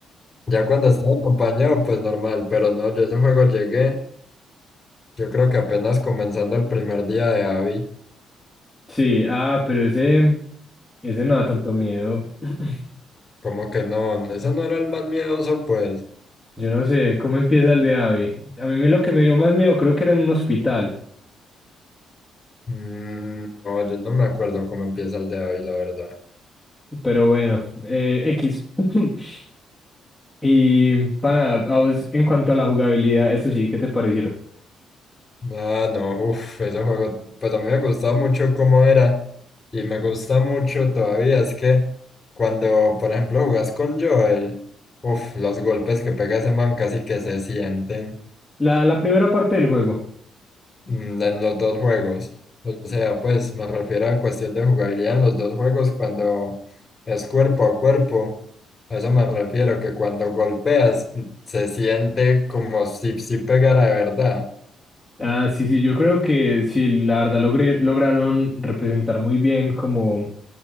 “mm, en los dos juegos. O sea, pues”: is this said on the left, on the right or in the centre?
Left